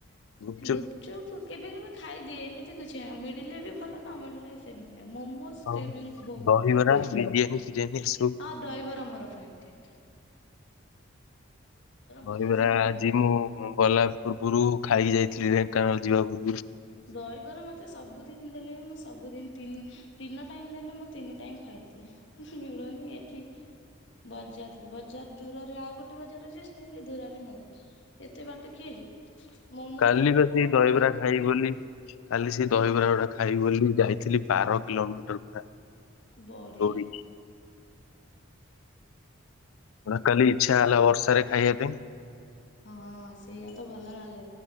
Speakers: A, on the left; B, on the left.
A: ଗୁପଚୁପ
B: ଗୁପ୍ ଚୁପୁ କେବେ କେବେ ଖାଇଦିଏ ଏମିତି କିଛି ନାହିଁ ମିଳିଲେ ବି ଭଲ ନ ମିଳିଲେ ସେମିତି ନାହିଁ ମୋମୋଜ୍ ସ୍
A: ଆଉ
B: କ୍ରେଭିଙ୍ଗସ୍ ଭୋଉତ
A: ଦହିବରା
B: ମୋର
A: ବିରିୟାନୀ ଫିରିୟାନୀ ଏସବୁ
B: ହଁ ଦହିବରା ମୋର ଫେବ୍ରେଟ୍।
A: ଦହିବରା
B: ମୋମୋ ମୋର
A: ଆଜି
B: ବହୁତ
A: ମୁଁ ମୁଁ ଗଲା ପୂର୍ବୁରୁ ଖାଇକି ଯାଇଥିଲି ଢେଙ୍କାନାଳ ଯିବା ପୂର୍
B: ଦହିବରା ମତ୍ ତେ ସବୁଦିନ ଦେଲେ ବି ମୁଁ ସବୁଦିନ ତିନି ତିନ ଟାଇମ୍ ଦେଲେ ମୁଁ ତିନି ଟାଇମ ଖାଇଦିଏ। ଉଁ ହୁଁ ମିଳୁନି ଏଠି ବଜାରରେ ବଜାର ଦୂରରେ ଆଉ ଗୋଟ୍ ଟେ ବଜାର ଅଛି ସେ ବି ଦୂରରେ ମିଳେ ଏତେ ବାଟ କିଏ ଯିବ। ମୋମୋ
A: କାଲି
B: ଯୋଉଠି
A: ବା
B: ମିଳେ
A: ସେଇ ଦହିବରା
B: ନା ସେଇଠି
A: ଖାଇବି ବୋଲି କାଲି ସେ ଦହିବରା ଗୁରା ଖାଇବି ବୋଲି ଯାଇଥିଲି ବାର କିଲୋମିଟର ପୁରା।
B: ବଢିଆ।
A: ଦୌଡିକି। ପୁରା କାଲି ଇଚ୍ଛା ହେଲା ବର୍ଷାରେ ଖାଇଆ ପେଇଁ।
B: ହଁ ସେଇଆ ତ ଭଲ ନାଗେ।